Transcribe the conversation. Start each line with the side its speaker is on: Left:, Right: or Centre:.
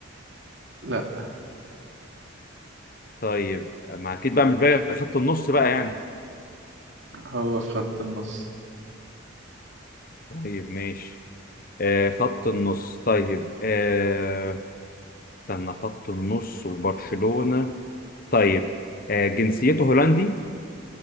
Right: لا
Left: طيب ما اكيد بقى مش بقى خط النص بقى يعني
Right: هو في خط النص
Left: طيب ماشي آه خط النص طيب آه استنى خط النص وبرشلونة طيب آه جنسيته هولندي